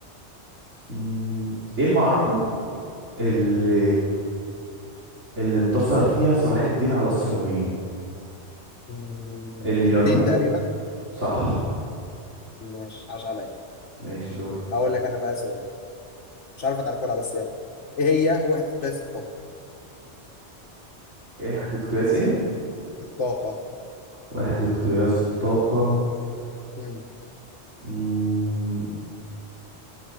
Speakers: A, on the right; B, on the left.
A: مم، ايه المعركة اللي اللي انتصر فيها صلاح الدين على الصليبيين
B: مم،
A: اليرموك
B: حطين تقريبا
A: صح
B: ماشي عاش عليا
A: ماشي دور
B: هقول لك انا بقى سؤال مش عارف هتعرفه ولا لا، بس يلا ايه هي وحده قياس الطاقه
A: ايه وحدة قياس ايه
B: الطاقه
A: وحدة قياس الطاقة
B: مم.
A: مم...